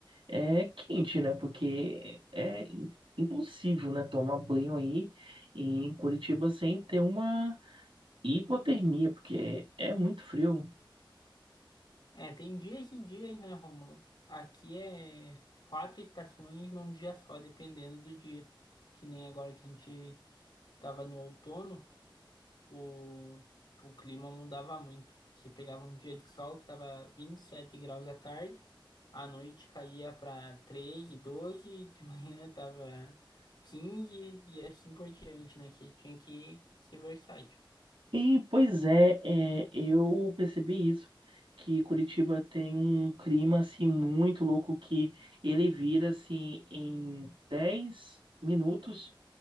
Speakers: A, on the right; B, on the left.
A: É quente, né? Porque é im- impossível, né? Tomar banho aí em Curitiba sem ter uma hipotermia, porque é muito frio.
B: É, tem dias e dias, né, Rômulo? Aqui é quatro estações num dia só, dependendo do dia. Que nem agora que a gente tava no outono. o, o clima mudava muito. Você pegava um dia de sol que estava 27 graus à tarde, à noite caía para 13, 12 de <laughs> manhã tava 15 e assim por diante, né? Você tinha que ser versátil.
A: E, pois é, é, eu percebi isso, que Curitiba tem um clima assim muito louco que ele vira assim em dez minutos